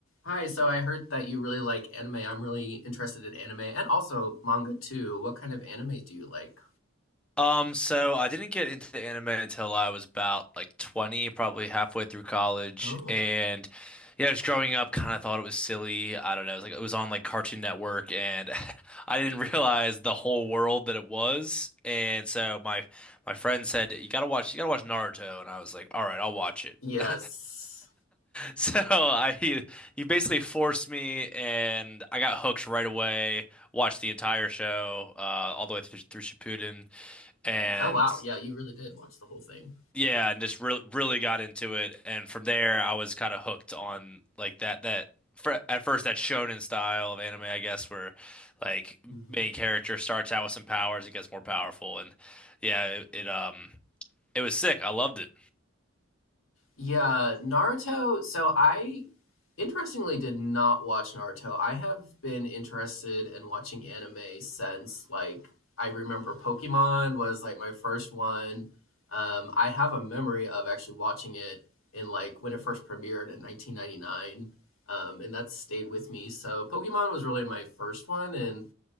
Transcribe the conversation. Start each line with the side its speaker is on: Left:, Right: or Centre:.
Left: Hi, so I heard that you really like anime. I'm really interested in anime and also manga too. What kind of anime do you like?
Centre: Um, so I didn't get into the anime until I was about like 20, probably halfway through college.
Left: Oh,
Centre: And yeah, just growing up, kind of thought it was silly. I don't know. It was like it was on like Cartoon Network, and <laughs> I didn't realize the whole world that it was. And so my my friend said, "You gotta watch, you gotta watch Naruto," and I was like, "All right, I'll watch it."
Left: yes.
Centre: <laughs> So I he, he basically forced me, and I got hooked right away. Watched the entire show, uh, all the way through, through Shippuden and
Left: Oh, wow. Yeah, you really did watch the whole thing.
Centre: yeah, and just re really got into it. And from there, I was kind of hooked on like that that fr at first that shonen style of anime, I guess, where like
Left: hmm
Centre: main character starts out with some powers and gets more powerful. And yeah, it, it um it was sick. I loved it.
Left: Yeah, Naruto. So I Interestingly, did not watch Naruto. I have been interested in watching anime since like I remember Pokemon was like my first one. Um, I have a memory of actually watching it in like when it first premiered in 1999, um, and that's stayed with me. So Pokemon was really my first one, and